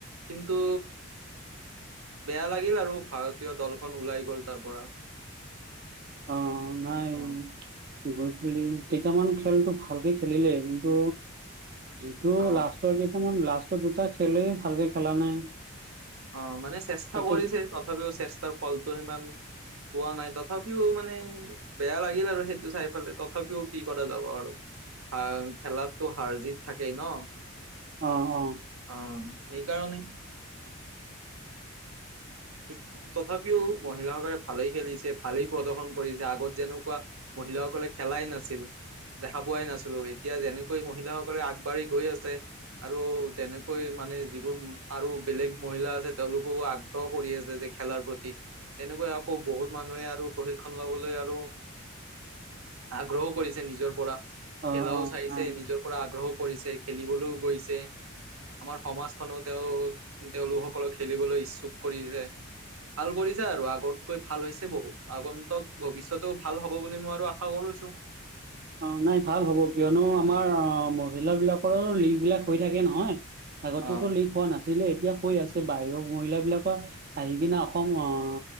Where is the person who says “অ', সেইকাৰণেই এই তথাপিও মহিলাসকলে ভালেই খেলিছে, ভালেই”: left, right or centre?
Right